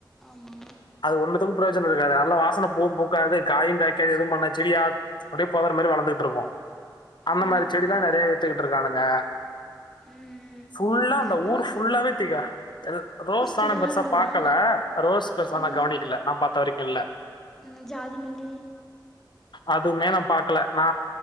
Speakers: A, in the centre; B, on the left (about 70°).
A: ஆமா
B: அது ஒண்ணுதுக்கு புரோஜன இருக்காது அல்ல வாசன பூவும் பூக்காது காயு காய்க்காது எதுவு பண்ணா செடியா அப்டியே பொதர் மாரி வளந்துகிட்டு இருக்கு அந்த
A: ம்
B: மாரி செடில்லா நெறயா வித்துக்கிட்டு இருக்கானுங்க
A: ம்
B: ஃபுல்லா அந்த ஊர்
A: ரோஸ்
B: ஃபுல்லாவே திகா ரோஸ்
A: செடியெல்லா
B: ஆனா பெருசா
A: இருந்ததா
B: பாக்கல ரோஸ் பெருசா
A: ம்
B: நா கவனிக்கல நா பாத்த வரைக்கு இல்ல
A: ம் ஜாதிமல்லி
B: அதுமே நா பாக்கல நா